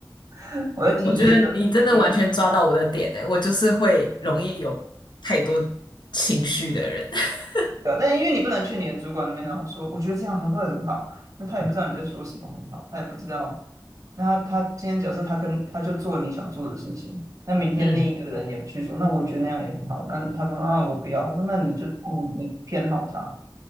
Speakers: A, on the right (about 45°); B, on the left (about 70°).
A: <laughs> 我在提议的时候，
B: 我觉得你真的完全抓到我的点呢，
A: 嗯
B: 我就是会容易有太多情绪的人。<laughs>
A: 对啊，但因为你不能去你的主管那边，然后说我觉得这样还会很好，那他也不知道你在说什么很好，他也不知道。那他他今天假设他跟他就做你想做的事情，那明天另一个人也去说，
B: 嗯
A: 那我觉得那样也很好。那他说啊，我不要。他说那你就你你偏好他，